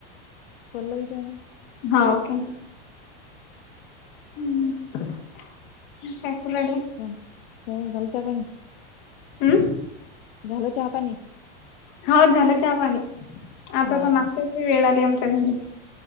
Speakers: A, on the left (about 80°); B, on the left (about 35°).
A: पल्लवीच आहे ना.
B: हा ओके. हम्. <unintelligible>
A: काही. <unintelligible>
B: अं?
A: झालं चहापाणी?
B: हा. झालं चहापाणी. आता
A: हा
B: तर नाश्त्याची वेळ आली आमच्या घरी.